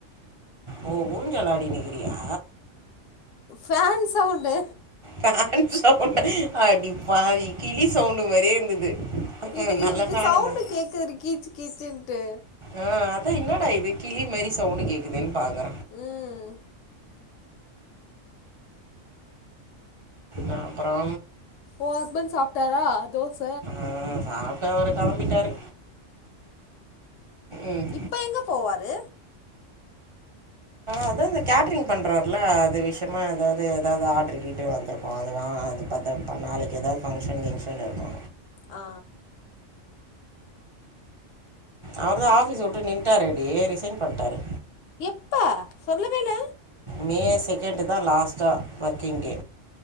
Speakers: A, on the right; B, on the left.
A: ஓ ஊஞ்சலாடினிகிறீயா
B: ஃபேன் சவுண்டு
A: ஃபேன் சவுண்டா அடி பாவி கிளி சவுண்டு மாரி இருந்தது
B: இதுக்கு
A: ம், நல்ல
B: இப்டி
A: ஃபேனு
B: சவுண்ட்டு
A: தான்
B: கேக்குது டி கீச்சு கீச்சுன்ட்டு
A: ஆ அதா என்னடா இது கிளி மேரி சவுண்ட் கேக்குதேன் பாக்கறே
B: ம்
A: அ அப்பறோ
B: ஓ ஹஸ்பண்ட் சாப்ட்டாரா தோச
A: ஆ சாப்ட்டு அவரு களம்பிட்டாரு ம்
B: இப்ப எங்க போவாரு
A: அதா அந்த கேட்ரிங் பண்ணுறருல்ல அது விஷயமா எதாவது எதாவது ஆர்ட்ரு கிர்ட்ரு வந்திருக்கு அது வா அது பாத்தா ப்ப நாளைக்கி ஏதாவது ஃபங்ஷனு கிங்ஷன்னு இருக்கு
B: ஆ
A: அவர்தா
B: சேரி
A: ஆஃபீஸ விட்டு நின்ட்டாரெடி ரிசைன் பண்ட்டாரு
B: எப்ப சொல்லவேயில்ல
A: மே செகண்டு தா லாஸ்ட்டா ஒர்க்கிங் டே